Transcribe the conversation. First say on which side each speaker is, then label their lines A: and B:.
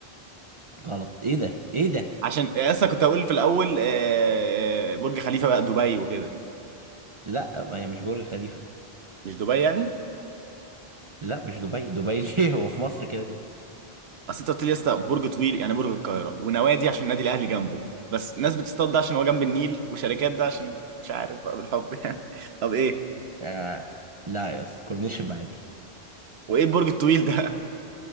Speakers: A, on the right (about 35°); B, on the right (about 75°).
A: غلط ايه ده ايه ده
B: عشان اصلا كنت هقول في الاول آه، آه، برج خليفه بقى دبي وكده
A: لا ما هي مش برج خليفة
B: مش دبي يعني
A: لا مش دبي دبي <laughs> ليه هو في مصر كده كده
B: اصل انت قلت لي يا اسطى برج طويل يعني برج القاهره ونوادي عشان النادي الاهلي جنبه بس ناس بتصطاد ده عشان هو جنب النيل وشركات ده عشان مش عارف بقى بالحب يعني <laughs> طب ايه
A: آه لا يا اسطى كورنيش المعادي
B: وايه البرج الطويل ده